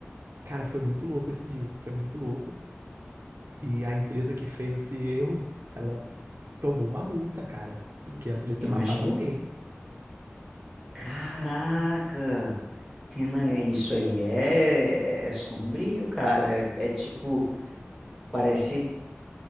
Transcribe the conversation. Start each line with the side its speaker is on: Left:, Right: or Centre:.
Right: Cara, foi muito louco esse dia. Foi muito louco. E a empresa que fez esse erro, ela tomou uma multa, cara. Porque ela podia ter
Centre: imagino.
Right: matado alguém.
Centre: Caraca. Renan, é isso aí é, é sombrio, cara. É, é tipo, parece